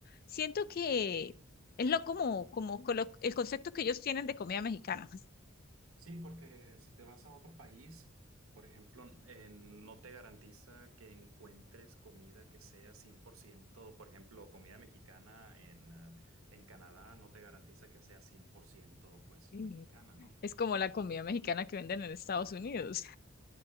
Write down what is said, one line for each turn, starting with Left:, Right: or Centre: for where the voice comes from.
Left: siento que es lo como, como colo- el concepto que ellos tienen de comida mexicana. <laughs>
Right: Sí, porque si te vas a otro país, por ejemplo, eh, no te garantiza que encuentres comida que sea cien por ciento, por ejemplo, comida mexicana en, eh, en Canadá no te garantiza que sea 100% pues
Left: Sí.
Right: mexicana, ¿no?
Left: Es como la comida mexicana que venden en Estados Unidos.